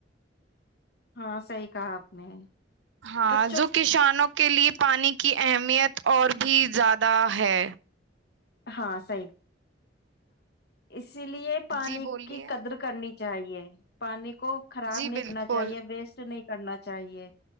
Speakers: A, on the left (about 60°); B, on the right (about 80°).
A: ہاں صحی کہا آپ نے
B: ہاں
A: بچوں
B: جو کسانوں کے لئے پانی کی اہمیت اور بھی زیادہ ہے
A: ہاں صحی اسی لیے پانی
B: جی بولیے
A: کی قدر کرنی چاہے پانی کو خراب
B: جی
A: نہیں
B: بالکل
A: کرنا چاہیے ویسٹ نہیں کرنا چاہیے